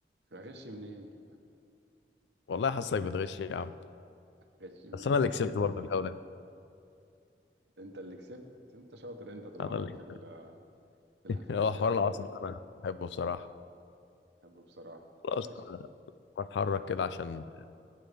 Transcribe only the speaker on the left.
والله حاسسك بتغش يا عم
بس انا
اللي كسبت برضه الجوله دي
انا
اللي
<laughs>
هو حوار
العاصمة ده انا بحبه بصراحة
خلاص
انا بتحرك
كده عشان